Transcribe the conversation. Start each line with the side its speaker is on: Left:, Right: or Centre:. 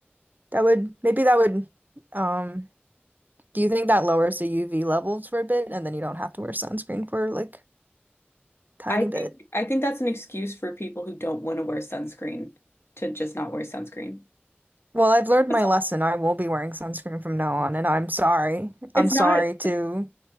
Right: that would maybe that would um Do you think that lowers the UV levels for a bit and then you don't have to wear sunscreen for like tiny
Left: I think
Right: bit?
Left: I think that's an excuse for people who don't want to wear sunscreen to just not wear sunscreen.
Right: Well, I've learned
Left: It's
Right: my lesson. I will be wearing sunscreen from now on, and I'm sorry.
Left: it's
Right: I'm sorry
Left: not,
Right: to